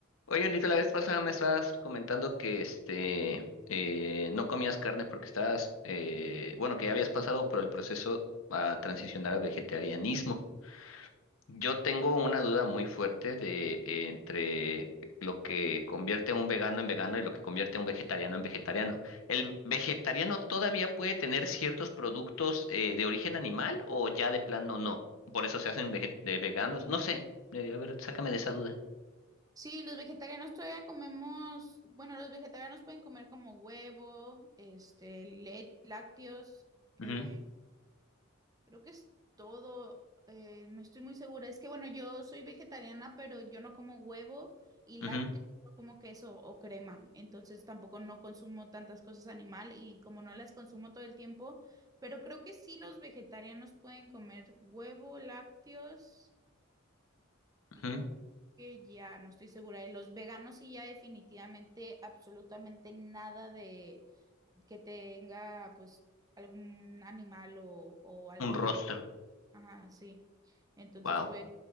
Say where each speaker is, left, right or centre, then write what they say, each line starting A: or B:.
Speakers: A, on the left; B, on the right.
A: Oye, Anita, la vez pasada me estabas comentando que este eh, no comías carne porque estabas, eh, bueno, que ya habías pasado por el proceso a transicionar al vegetarianismo. Yo tengo una duda muy fuerte de eh, entre lo que convierte a un vegano en vegano y lo que convierte a un vegetariano en vegetariano. ¿El vegetariano todavía puede tener ciertos productos eh, de origen animal o ya de plano no? Por eso se hacen vege- de veganos. No sé. Eh, a ver, sácame de esa duda.
B: Sí, los vegetarianos todavía comemos, bueno, los vegetarianos pueden comer como huevo, este, le- lácteos, eh,
A: Ujú,
B: creo que es todo, eh, no estoy muy segura. Es que bueno, yo soy vegetariana, pero yo no como huevo y
A: ujú,
B: lácteos, solo como queso o crema, entonces tampoco no consumo tantas cosas animal y como no las consumo todo el tiempo, pero creo que sí los vegetarianos pueden comer huevo, lácteos
A: ujú.
B: y creo que ya no estoy segura. Y los veganos sí ya definitivamente, absolutamente nada de que tenga pues algún animal o, o algo
A: Un rostro.
B: de un... Ajá, sí. Entonces,
A: Wow.
B: pues,